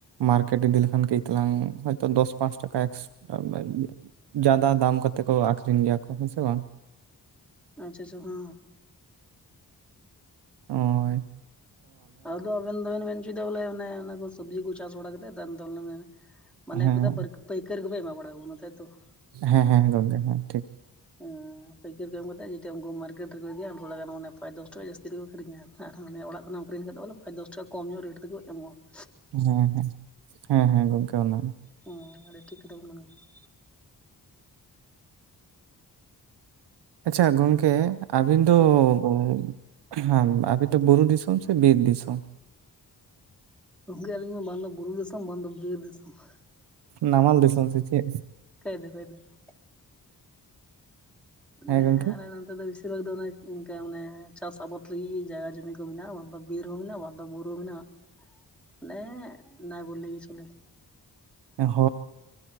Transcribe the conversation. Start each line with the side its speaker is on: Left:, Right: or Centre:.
Right: ᱢᱟᱨᱠᱮᱴ ᱤᱫᱤ ᱞᱮᱠᱷᱟᱱ ᱠᱟᱹᱭ ᱛᱟᱞᱟᱝ ᱦᱚᱭᱛᱚ ᱫᱚᱥ ᱯᱟᱸᱪ ᱴᱟᱠᱟ ᱮᱠᱥ <inaudible> ᱡᱟᱫᱟ ᱫᱟᱢ ᱠᱚᱛᱮ ᱠᱚ ᱟᱹᱠᱷᱨᱤᱧ ᱜᱮᱭᱟ ᱠᱚ ᱦᱮᱸᱥᱮ ᱵᱟᱝ ᱾
Centre: <unintelligible>
Right: ᱚᱭ,
Centre: ᱟᱫᱚ ᱟᱹᱵᱤᱱ ᱫᱚᱵᱮᱱ ᱢᱮᱱ ᱪᱩᱭ ᱫᱟ ᱵᱚᱞᱮ ᱚᱱᱮ ᱥᱚᱵᱡᱤ ᱠᱚ ᱪᱟᱥ ᱵᱟᱲᱟ ᱠᱟᱛᱮ <unintelligible> ᱢᱟᱱᱮ
Right: ᱦᱮᱸ
Centre: ᱠᱚᱛᱟ ᱯᱟᱹᱭᱠᱟᱹᱲ ᱠᱚᱯᱮ ᱮᱢᱟ ᱵᱟᱲᱟ ᱠᱟᱱᱟ ᱛᱟᱭᱛᱚ ᱾
Right: ᱦᱮᱸ ᱦᱮᱸ ᱜᱚᱝᱠᱮ ᱦᱮᱸ ᱴᱷᱤᱠ ᱾
Centre: ᱦᱮᱸ ᱯᱟᱹᱭᱠᱟᱹᱨ ᱠᱚ ᱮᱢ ᱠᱟᱛᱮᱫ ᱡᱤᱫᱤ ᱩᱱᱠᱩ ᱢᱟᱨᱠᱮᱴ ᱨᱮᱠᱚ ᱤᱫᱤᱭᱟ ᱛᱷᱚᱲᱟ ᱜᱟᱱ ᱢᱟᱱ ᱯᱟᱸᱪ ᱫᱚᱥ ᱴᱟᱠᱟ ᱡᱟᱹᱥᱛᱤ ᱛᱮᱠᱚ ᱟᱠᱨᱤᱧᱟ ᱾ ᱟᱨ ᱟᱱᱮ ᱚᱲᱟᱜ ᱠᱷᱚᱱᱟᱜ ᱟᱹᱠᱷᱨᱤᱧ ᱠᱮᱫᱟ ᱵᱚᱞᱮ ᱯᱟᱸᱪ ᱫᱚᱥ ᱴᱟᱠᱟ ᱠᱚᱢ ᱧᱚᱜ ᱨᱮᱹᱴ ᱛᱮᱠᱚ ᱮᱢᱚᱜᱼᱟ ᱾
Right: ᱦᱮᱸ ᱦᱮᱸ ᱦᱮᱸ ᱦᱮᱸ ᱜᱚᱝᱠᱮ ᱚᱱᱟᱜᱮ ᱾
Centre: ᱦᱩᱸ ᱟᱹᱰᱤ ᱴᱷᱤᱠ ᱠᱟᱛᱷᱟ ᱵᱮᱱ ᱢᱮᱱ ᱠᱮᱫᱟ ᱾
Right: ᱟᱪᱪᱷᱟ ᱜᱚᱝᱠᱮ ᱟᱹᱵᱤᱱ
Centre: ᱠᱮᱫᱟ
Right: ᱫᱚ
Centre: ᱦᱮᱸ
Right: ᱚᱸ ᱦᱟᱝ ᱟᱵᱮ ᱛᱚ ᱵᱩᱨᱩ ᱫᱤᱥᱚᱢ ᱥᱮ ᱵᱤᱨ ᱫᱤᱥᱚᱢ?
Centre: ᱜᱚᱝᱠᱮ ᱟᱹᱞᱤᱧ ᱢᱟ ᱵᱟᱝ ᱫᱚ ᱵᱩᱨᱩ ᱫᱤᱥᱚᱢ ᱵᱟᱝ ᱫᱚ ᱵᱤᱨ ᱫᱤᱥᱚᱢ ᱾
Right: ᱱᱟᱢᱟᱞ ᱫᱤᱥᱚᱢ ᱥᱮ ᱪᱮᱫ?
Centre: ᱠᱷᱟᱹᱭ ᱫᱚ ᱠᱟᱭᱫᱟ ᱾
Right: ᱦᱮᱸ
Centre: ᱱᱮ
Right: ᱜᱚᱝᱠᱮ
Centre: ᱟᱞᱮ ᱱᱚᱱᱛᱮ ᱫᱚ ᱵᱮᱥᱤᱨ ᱵᱷᱟᱜᱽ ᱫᱚ ᱚᱱᱮ ᱤᱱᱠᱟ ᱚᱱᱮ ᱪᱟᱥ ᱟᱵᱟᱫᱽ ᱞᱟᱹᱜᱤᱫ ᱡᱟᱭᱜᱟ ᱡᱚᱢᱤ ᱠᱚ ᱢᱮᱱᱟᱜᱼᱟ, ᱵᱟᱝ ᱫᱚ ᱵᱤᱨ ᱦᱚᱸ ᱢᱮᱱᱟᱜᱼᱟ, ᱵᱟᱝ ᱫᱚ ᱵᱩᱨᱩ ᱦᱚᱸ ᱢᱮᱱᱟᱜᱼᱟ ᱾ ᱚᱱᱮ ᱱᱟᱭ ᱵᱚᱞ ᱞᱮ ᱠᱤ ᱪᱚᱞᱮ ᱾
Right: <inaudible> ᱦᱮᱸ